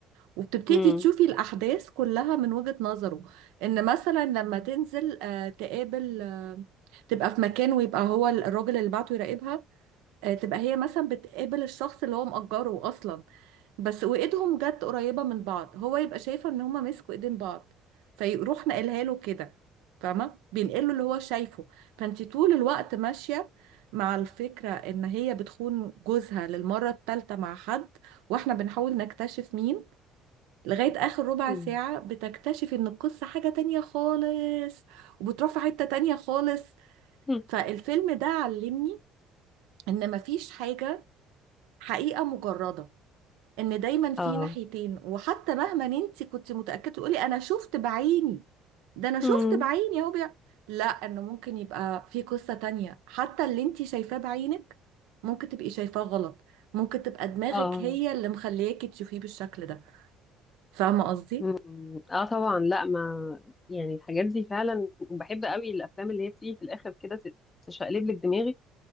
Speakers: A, on the right (about 80°); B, on the left (about 30°).
A: وبتبتدي
B: امم
A: تشوفي الأحداث كلها من وجهة نظره إن مثلا لما تنزل آه، تقابل آه، تبقى في مكان ويبقى هو الراجل اللي بعته يراقبها آه، تبقى هي مثلا بتقابل الشخص اللي هو مأجره أصلا بس وايدهم جت قريبة من بعض هو يبقى شايفة ان هما مسكوا ايدين بعض فيروح نقلها له كده فاهمة بينقله اللي هو شايفه فانتي طول الوقت ماشية مع الفكرة ان هي بتخون جوزها للمرة الثالثة مع حد واحنا بنحاول نكتشف مين لغاية اخر ربع
B: مم.
A: ساعة بتكتشف ان القصة حاجة تانية خالص وبتروح في حتة تانية خالص
B: مم.
A: فالفيلم ده علمني ان مفيش حاجة حقيقة مجردة ان دايما في
B: اه
A: ناحيتين وحتى مهما انت كنت متاكده تقولي انا شفت بعيني ده انا شفت
B: مم.
A: بعيني اهو بيع- لا انه ممكن يبقى في قصه تانية حتى اللي انت شايفاه بعينك ممكن تبقي شايفاه غلط ممكن تبقى دماغك
B: اه
A: هي اللي مخلياكي تشوفيه بالشكل ده فاهمه قصدي
B: مم. اه طبعا لا ما يعني الحاجات دي فعلا بحب قوي الافلام اللي هي بتيجي في الاخر كده ت- تشقلب لك دماغك